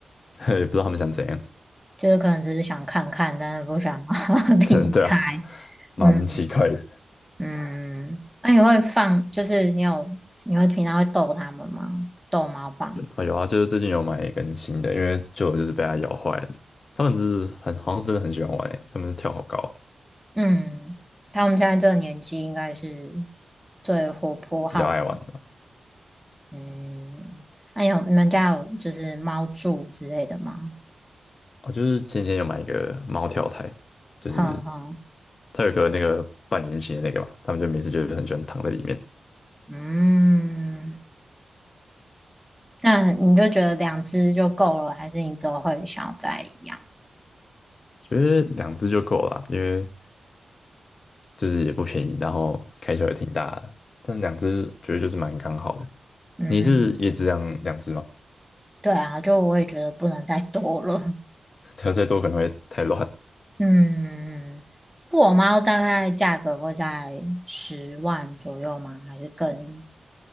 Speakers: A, on the left; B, in the centre.
A: <laughs> 也不知道他们想怎样。
B: 就是可能只是想看看，但是不想 <laughs>
A: <laughs>
B: 离开。
A: 对啊，蛮奇怪的。
B: 嗯嗯，那、你会放，就是你有，你会平常会逗他们吗？逗猫棒？
A: 有有啊，就是最近有买一根新的，因为旧的就是被它咬坏了。他们就是很好像真的很喜欢玩诶，他们跳好高，
B: 嗯，他们现在这个年纪应该是最活泼好奇
A: 比较爱玩嘛。
B: 嗯，那、有你们家有就是猫柱之类的吗？
A: 哦，就是前几天有买一个猫跳台，就是
B: 哈哈，
A: 它有个那个半圆形的那个嘛，他们就每次就是很喜欢躺在里面。
B: 嗯，那你就觉得两只就够了，还是你之后会想要再养？
A: 觉得两只就够了，因为就是也不便宜，然后开销也挺大的，但两只觉得就是蛮刚好的。
B: 嗯，
A: 你是也只养两只吗？
B: 对啊，就我也觉得不能再多了。
A: <laughs> 它再多可能会太乱。
B: 嗯，布偶猫大概价格会在十万左右吗？还是更